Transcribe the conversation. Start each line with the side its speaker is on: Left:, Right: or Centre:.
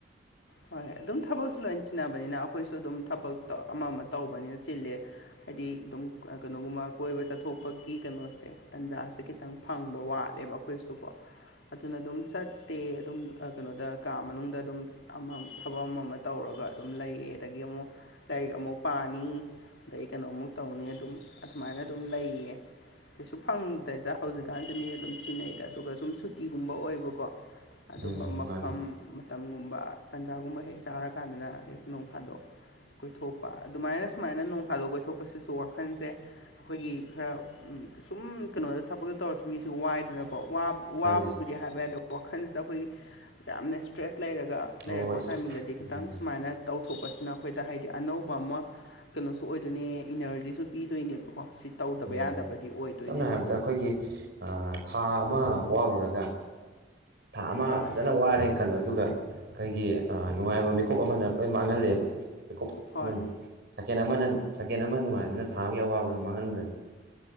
Left: ꯍꯣꯏ ꯑꯗꯨꯝ ꯊꯕꯛꯁꯨ ꯂꯣꯏ ꯆꯤꯟꯅꯕꯅꯤꯅ ꯑꯩꯈꯣꯏꯁꯨ ꯑꯗꯨꯝ ꯊꯕꯛꯇ ꯑꯃ ꯑꯃ ꯇꯧꯕꯅꯤꯅ ꯆꯤꯂꯦ ꯍꯥꯏꯗꯤ ꯑꯗꯨꯝ ꯀꯩꯅꯣꯒꯨꯝꯕ ꯀꯣꯏꯕ ꯆꯠꯊꯣꯛꯄꯒꯤ ꯀꯩꯅꯣꯁꯦ ꯇꯥꯟꯖꯥꯁꯦ ꯈꯤꯇꯪ ꯐꯪꯕ ꯋꯥꯠꯂꯦꯕ ꯑꯩꯈꯣꯏꯁꯨꯀꯣ ꯑꯗꯨꯅ ꯑꯗꯨꯝ ꯆꯠꯇꯦ ꯑꯗꯨꯝ ꯀꯩꯅꯣꯗ ꯀꯥ ꯃꯅꯨꯡꯗ ꯑꯗꯨꯝ ꯑꯃ ꯊꯕꯛ ꯑꯃ ꯑꯃ ꯇꯧꯔꯒ ꯑꯗꯨꯝ ꯂꯩꯌꯦ ꯑꯗꯒꯤ ꯑꯃꯨꯛ ꯂꯥꯏꯔꯤꯛ ꯑꯃꯨꯛ ꯄꯥꯅꯤ ꯑꯗꯩ ꯀꯩꯅꯣꯃꯨꯛ ꯇꯧꯅꯤ ꯑꯗꯨꯝ ꯑꯗꯨꯃꯥꯏꯅ ꯑꯗꯨꯝ ꯂꯩꯌꯦ ꯀꯩꯁꯨ ꯐꯪꯗꯦꯗ ꯍꯧꯖꯤꯛꯀꯥꯟꯁꯦ ꯃꯤ ꯑꯗꯨꯝ ꯆꯤꯟꯅꯩꯗ ꯑꯗꯨꯒ ꯁꯨꯝ ꯁꯨꯇꯤꯒꯨꯝꯕ ꯑꯣꯏꯕꯀꯣ ꯑꯗꯨꯝꯕ
Right: ꯎꯝ
Left: ꯃꯐꯝ
Right: ꯃꯥꯅꯤ
Left: ꯃꯇꯝꯒꯨꯝꯕ ꯇꯟꯖꯥꯒꯨꯝꯕ ꯍꯦꯛ ꯆꯥꯔꯀꯥꯟꯗꯅ ꯍꯦꯛ ꯅꯣꯡ ꯐꯥꯗꯣꯛ ꯀꯣꯏꯊꯣꯛꯄ ꯑꯗꯨꯃꯥꯏꯅ ꯁꯨꯃꯥꯏꯅ ꯅꯣꯡ ꯐꯥꯗꯣꯛ ꯀꯣꯏꯊꯣꯛꯄꯁꯤꯁꯨ ꯋꯥꯈꯜꯁꯦ ꯑꯩꯈꯣꯏꯒꯤ ꯈꯔ ꯁꯨꯝ ꯀꯩꯅꯣꯗ ꯊꯕꯛꯇ ꯇꯧꯔꯁꯨ ꯃꯤꯁꯤ ꯋꯥꯏꯗꯅꯀꯣ ꯋꯥꯕꯕꯨꯗꯤ
Right: ꯃꯥꯅꯤ
Left: ꯍꯥꯏꯕ ꯌꯥꯗꯣ ꯋꯥꯈꯜꯁꯤꯗ ꯑꯩꯈꯣꯏꯒꯤ ꯌꯥꯝꯅ ꯁ꯭ꯇ꯭ꯔꯦꯁ ꯂꯩꯔꯒ
Right: ꯍꯣꯏ
Left: ꯂꯩꯔꯛꯄ
Right: ꯍꯣꯏ
Left: ꯇꯥꯏꯃꯤꯡꯗꯗꯤ ꯈꯤꯇꯪ
Right: ꯎꯝ
Left: ꯁꯨꯃꯥꯏꯅ ꯇꯧꯊꯣꯛꯄꯁꯤꯅ ꯑꯩꯈꯣꯏꯗ ꯍꯥꯏꯗꯤ ꯑꯅꯧꯕ ꯑꯃ ꯀꯩꯅꯣꯁꯨ ꯑꯣꯏꯗꯣꯏꯅꯦ ꯏꯅꯔꯖꯤꯁꯨ ꯄꯤꯗꯣꯏꯅꯦꯕꯀꯣ ꯁꯤ ꯇꯧꯗꯕ
Right: ꯎꯝ
Left: ꯌꯥꯗꯕꯗꯤ ꯑꯣꯏꯗꯣꯏꯅꯦꯕ
Right: ꯁꯝꯅ ꯍꯥꯏꯔꯕꯗ ꯑꯩꯈꯣꯏꯒꯤ ꯊꯥ ꯑꯃ ꯋꯥꯔꯨꯔꯒ ꯊꯥ ꯑꯃ
Left: ꯍꯣꯏ
Right: ꯐꯖꯅ ꯋꯥꯔꯦꯅ ꯈꯜꯂꯣ ꯑꯗꯨꯒ ꯑꯩꯈꯣꯏꯒꯤ ꯅꯨꯡꯉꯥꯏꯕ ꯃꯤꯀꯨꯞ ꯑꯃꯅ ꯂꯣꯏ ꯃꯥꯡꯍꯜꯂꯦꯗ ꯃꯤꯀꯨꯞ
Left: ꯍꯣꯏ
Right: ꯑꯃꯅ ꯁꯦꯀꯦꯟ ꯑꯃꯅ ꯁꯦꯀꯦꯟ ꯑꯃ ꯅꯨꯡꯉꯥꯏꯕꯅꯤꯅ ꯊꯥꯕꯒꯤ ꯑꯋꯥꯕꯗꯣ ꯃꯥꯡꯍꯟꯗ꯭ꯔꯅꯤ